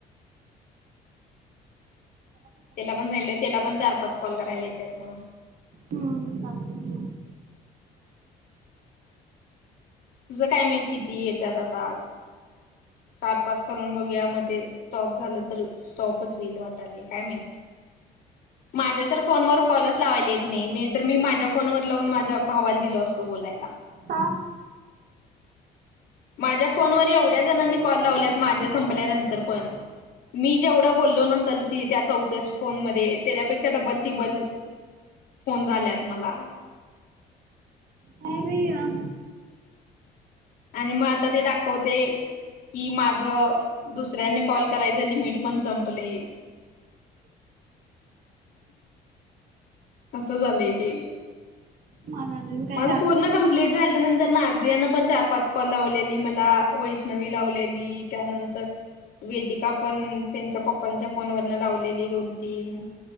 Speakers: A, on the right (about 55°); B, on the left (about 70°).
A: कशाला
B: त्याला
A: काय.
B: पण म्हटलं. त्याला पण चार पाच कॉल करायला येतात मग.
A: हम्म. चालत कि.
B: तुझं काय माहीत किती येत्यात आता. चार पाच करून बघूया. म ते स्टॉप झाले तर, स्टॉपच होईल वाटायलय. काय माहीत. माझ्या तर फोनवर कॉलच लावायला येत नाही. नाही तर मी माझ्या फोनवर लावून माझ्या भावाला दिल असत बोलायला.
A: का?
B: माझ्या फोनवर एवढ्या जणांनी कॉल लावल्यात. माझ्या संपल्यानंतर पण. मी जेवढं बोललो नसेल त त्या चौथ्यास फोन मध्ये. त्याच्यापेक्षा डबल तिब्बल- फोन झाल्यात मला.
A: काय भैया?
B: आणि मग आता ते दाखवते. कि माझ दुसऱ्यांनी कॉल करायचं लिमिट पण संपलय. अस झालय ते.
A: <unintelligible>
B: माझ
A: झालं
B: पूर्ण
A: नाही
B: कम - प्लिट झाल्यानंतर. माझ्या ह्यान पण चार पाच कॉल लावलेली मला. वैष्णवी लावलेली त्यानंतर- वेदिका पण त्यांच्या पप्पांच्या फोन वरन लावलेली दोन तीन.